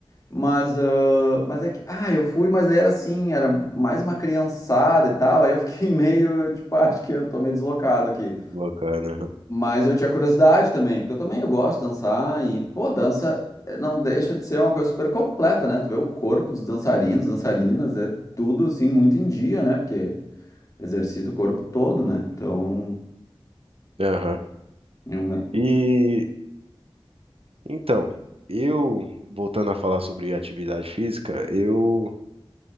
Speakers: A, on the left (about 35°); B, on the right (about 80°).
A: mas, ah, mas é que, ah, eu fui, mas aí era assim, era mais uma criançada e tal, aí eu fiquei <laughs> meio, tipo, ah, acho que eu tô meio deslocado aqui.
B: Bacana.
A: Mas eu tinha curiosidade também, porque eu também eu gosto de dançar e, pô, dança eh, não deixa de ser uma coisa super completa, né? Tu vê o corpo dos dançarinos, dançarinas, é tudo assim muito em dia, né? Porque exercita o corpo todo, né? Então,
B: aham. Aham.
A: é uma-
B: E então, eu voltando a falar sobre atividade física, eu